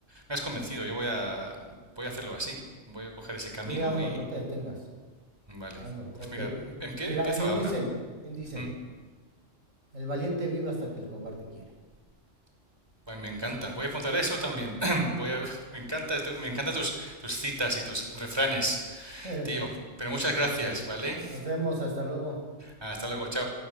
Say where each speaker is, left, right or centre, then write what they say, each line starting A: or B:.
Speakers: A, on the right; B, on the right.
A: me has convencido, yo voy a, voy a hacerlo así, voy a coger ese camino
B: Sí, hazlo,
A: y...
B: no te detengas.
A: Vale,
B: Hazlo,
A: pues
B: porque,
A: mira, empie-
B: mira,
A: empiezo
B: bien
A: ahora.
B: dicen, bien dicen,
A: Mm,
B: el valiente vive hasta que el cobarde quiere.
A: ay, Me encanta. Voy a apuntar eso también. <clears throat> Voy a, me encanta, esto- me encantan tus, tus citas y tus refranes,
B: <laughs>
A: tío. Pero muchas gracias,
B: Muy bien.
A: ¿vale?
B: Nos vemos, hasta luego.
A: Hasta luego, chao.